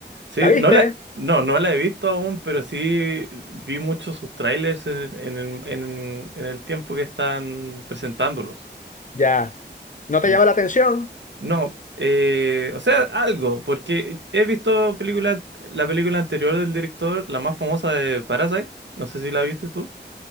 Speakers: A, on the right; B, on the left.
A: Sí,
B: ¿La viste?
A: no la, no, no la he visto aún, pero sí vi muchos sus trailers en, el- en, el- en, en el tiempo que están presentándolos.
B: Ya.
A: Sí.
B: ¿No te llama la atención?
A: No, eh, o sea, algo, porque he visto película, la película anterior del director, la más famosa de Parasite. No sé si la viste tú.